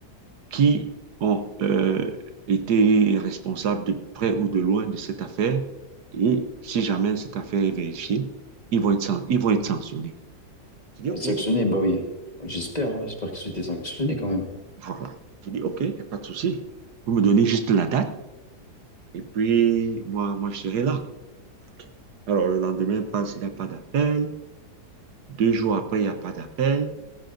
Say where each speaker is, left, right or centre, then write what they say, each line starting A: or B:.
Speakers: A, on the right; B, on the left.
A: qui ont euh, été responsables de près ou de loin de cette affaire. Et si jamais cette affaire est vérifiée, ils vont être, san- ils vont être sanctionnés. Je dis
B: Il
A: OK.
B: est sanctionné, bah oui. J'espère, hein, j'espère qu'ils ont été sanctionnés quand même.
A: Voilà. Je dis OK, il n'y a pas de souci. Vous me donnez juste la date et puis moi, moi je serai là. OK. Alors le lendemain passe, il n'y a pas d'appel. Deux jours après, il n'y a pas d'appel.